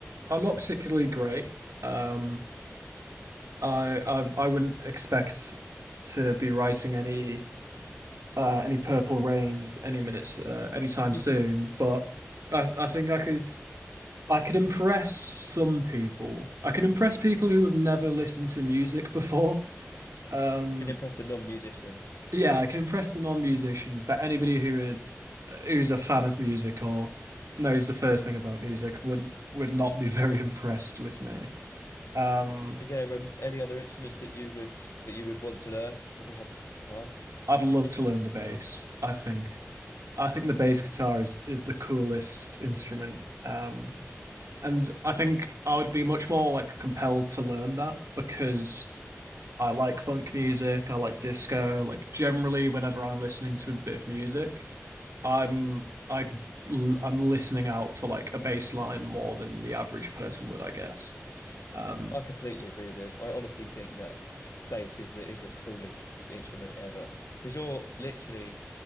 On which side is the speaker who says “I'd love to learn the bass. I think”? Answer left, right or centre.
Right